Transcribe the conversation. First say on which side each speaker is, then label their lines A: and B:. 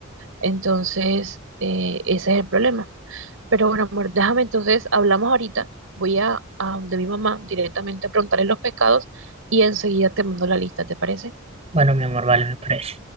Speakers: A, on the right (about 70°); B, on the right (about 30°).
A: Entonces, eh, ese es el problema. Pero bueno, amor, déjame entonces, hablamos ahorita, voy a, a donde mi mamá directamente a preguntarle los pescados y enseguida te mando la lista, ¿te parece?
B: Bueno, mi amor, vale, me parece.